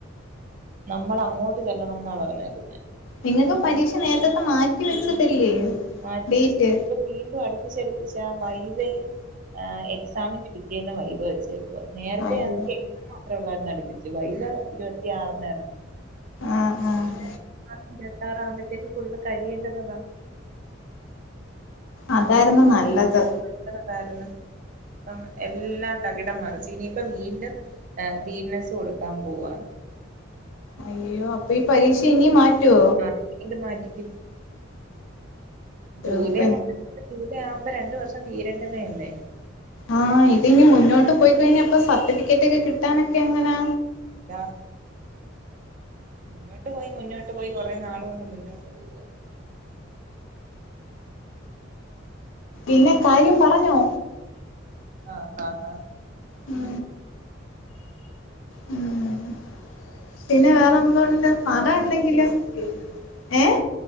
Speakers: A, on the right (about 40°); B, on the left (about 75°).
A: നമ്മളങ്ങോട്ട് ചെല്ലണംന്നാ പറഞ്ഞേക്കുന്നേ
B: നിങ്ങക്ക് പരീക്ഷ നേരത്തത്തെ മാറ്റി വെച്ചതല്ലേ
A: മാറ്റിവെച്ചത്
B: ഡേറ്റ്
A: ഇപ്പൊ വീണ്ടും അടുപ്പിച്ചടുപ്പിച്ച് ആ വൈവെയും ആഹ് എക്സാമിന്റെ പിറ്റേന്ന് വൈവേ വെച്ചേക്കുവാ നേരത്തെ
B: അയ്യോ
A: ആക്കേ അത്രേ ഒള്ളാരുന്നു അടുപ്പിച്ചു വൈവേ ഇരുപത്തിയാറിനാരുന്നു
B: ആഹ് ആഹ്
A: ആ ഹ് ഇരുപത്താറാവുമ്പഴത്തേക്ക് ഫുള്ള് കഴേണ്ടുന്നതാ
B: അതായിരുന്നു നല്ലത്
A: നിന്റേത് എന്തായിരുന്ന് ഉം എല്ലാം തകിടം മറിച്ച് ഇനിയിപ്പം വീണ്ടും ഗ്രീനെസ് കൊടുക്കാൻ പോവാന്ന്
B: അയ്യോ അപ്പൊ ഈ പരീക്ഷ ഇനി മാറ്റോ
A: ഇനി ഇത് മാറ്റിക്കും ജൂലൈ
B: ഇപ്പ
A: മാസം ജൂലൈ ആവുമ്പോ രണ്ട് വർഷം തീരേണ്ടന്നെ അല്ലേ
B: ആഹ് ഇത് ഇനി മുന്നോട്ട് പോയി കഴിഞ്ഞ അപ്പൊ സർട്ടിഫിക്കറ്റ് ഒക്കെ കിട്ടാനൊക്കെ എങ്ങനാ
A: ലാ മുന്നോട്ട് പോയി മുന്നോട്ട് പോയി കുറേ നാളുകൊണ്ട് മുന്നോട്ട് പോവുക
B: ഇല്ല കാര്യം പറഞ്ഞോ
A: ആഹ് ആഹ് ആഹ്
B: ഉം ഉം പിന്നെ വേറെന്തുണ്ട് പറ എന്തെങ്കിലം ഏഹ്